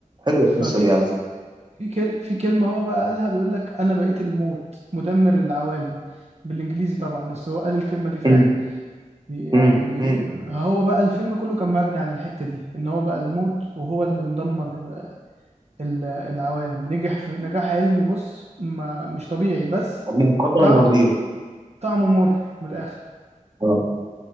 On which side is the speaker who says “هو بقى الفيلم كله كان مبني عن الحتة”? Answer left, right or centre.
Right